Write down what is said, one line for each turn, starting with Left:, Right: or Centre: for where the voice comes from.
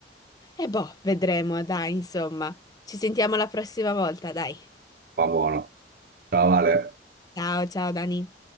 Left: E boh, vedremo, dai, insomma. Ci sentiamo la prossima volta, dai.
Right: Va buono. Ciao, Vale.
Left: Ciao, ciao Dani.